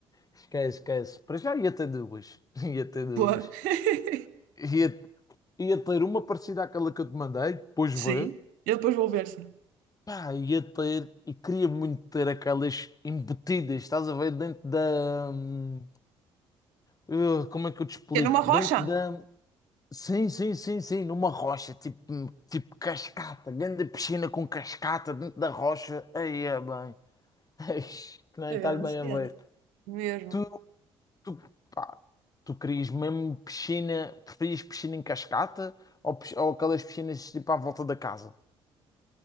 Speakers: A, on the left; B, on the right.
A: Esquece, esquece. Para já ia ter duas. <laughs> Ia ter duas.
B: Pô. <laughs>
A: ia ia ter uma parecida àquela que eu te mandei, depois
B: Sim,
A: vê.
B: eu depois vou ver, sim.
A: Pá, ia ter, e queria muito ter aquelas embutidas, estás a ver, dentro da. hum, uh, como é que eu te explico?
B: Que é numa
A: Dentro
B: rocha?
A: da. Sim, sim, sim, sim, numa rocha, tipo, hum, tipo cascata, grande piscina com cascata dentro da rocha. Aí é bem. <laughs> Eish, Nem
B: Que
A: estás
B: grande
A: bem
B: cena.
A: a ver.
B: Mesmo.
A: Tu, tu, pá, tu querias mesmo piscina, preferias piscina em cascata ou, pis- ou aquelas piscinas tipo à volta da casa?